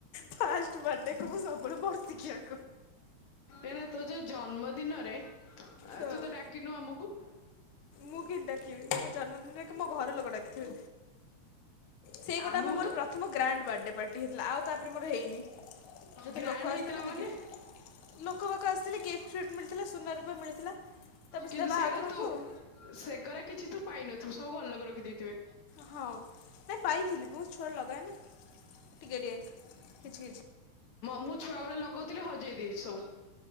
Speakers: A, on the left (about 70°); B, on the left (about 55°).
A: ଫାଷ୍ଟ ବାଡେ କୁ ମୁଁ ସବୁବେଳେ ବର୍ଶିକିୟା
B: ଏରା ତୋ ଯୋଉ ଜନ୍ମଦିନରେ
A: ହଁ
B: ତୁ ତ ଡାକିନୁ ଆମକୁ।
A: ମୁଁ କେମିତି ଡାକିବି, ମୋ ଜନ୍ମଦିନରେ ମୋ ଘର ଲୋକ ଡାକଥିବେ। ସେ ଗୋଟେ
B: ଆମକୁ
A: ଭି
B: ତ
A: ମୋର ପ୍ରଥମ ଗ୍ରାଣ୍ଡ ବାଡେ ପାର୍ଟି ହେଇଥିଲା, ଆଉ ତାପରେ ମୋର ହେଇନି। ଯୋଉଥିରେ
B: ଗ୍ରାଣ୍ଡ
A: ଲୋକ ଆସିଥିଲେ
B: ହେଇଥିଲା
A: ମୋତେ
B: ମାନେ?
A: ଗିଫ୍ଟ ଲୋକ ବାକ ଆସିଥିଲେ ଗିଫ୍ଟ ଫିଫ୍ଟ ମିଳିଥିଲା ସୁନା ରୂପା ମିଳିଥିଲା। ତାପରେ
B: କିନ୍ତୁ
A: ସିଧା ବାହାଘର
B: ସେଗରା
A: ହବ
B: ତୁ
A: ଆଉ
B: ସେଗରା କିଛି ତୁ ପାଇନଥିବୁ, ସବୁ ଘର ଲୋକ ରଖିଦେଇଥିବେ।
A: ହଁ ନାଇଁ ପାଇଥିଲି, ବହୁତ ଛୁଆ ବେଳେ ଲଗାଏ ନା ଟିକେ ଟିକେ କିଛି କିଛି।
B: ମୁଁ ଛୁଆ ବେଳେ ଲଗଉଥିଲି ହଜେଇ ଦେଇଛି ସବୁ।